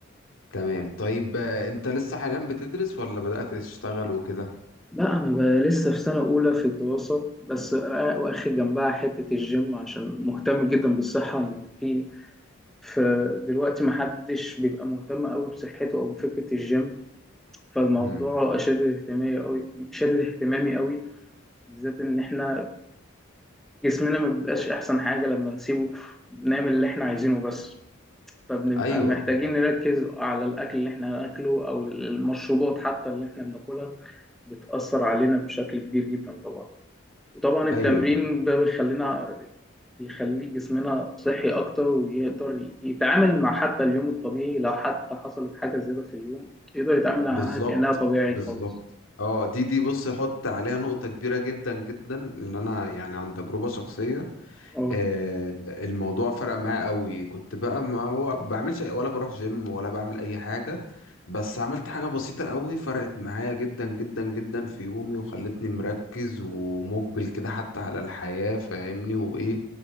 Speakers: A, on the left; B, in the centre.
A: تمام طيب آه، انت لسه حاليا بتدرس ولا بدأت تشتغل وكده
B: لا أنا بقى لسه في سنة أولى في الدراسة بس واخد جنبها حتة الجيم عشان مهتم جدا بالصحة في فدلوقتي محدش بيبقى مهتم أوي بصحته أو بفكرة الجيم فالموضوع
A: امم
B: شادد اهتمامي قوي شادد اهتمامي قوي بالذات ان احنا جسمنا ما بيبقاش احسن حاجة لما نسيبه نعمل اللي احنا عايزينه بس فبنبقى
A: ايوه
B: محتاجين
A: طبعا
B: نركز على الاكل اللي احنا هناكله او المشروبات حتى اللي احنا بناكلها بتأثر علينا بشكل كبير جدا طبعا وطبعا التمرين
A: ايوه طبعا
B: ده بيخلينا يخلي جسمنا صحي أكتر ويقدر يتعامل مع حتى اليوم الطبيعي لو حتى حصلت حاجة زيادة في اليوم يقدر يتعامل معاها
A: بالظبط
B: كأنها طبيعي
A: بالظبط
B: خالص.
A: اه دي دي بص حط عليها نقطة كبيرة جدا جدا ان انا يعني عن تجربة شخصية
B: اه
A: آه، الموضوع فرق معايا قوي كنت بقى ما هو بعملش ولا بروح جيم ولا بعمل اي حاجة بس عملت حاجة بسيطة قوي فرقت معايا جدا جدا جدا في يومي وخلتني مركز ومقبل كده حتى على الحياة فاهمني وايه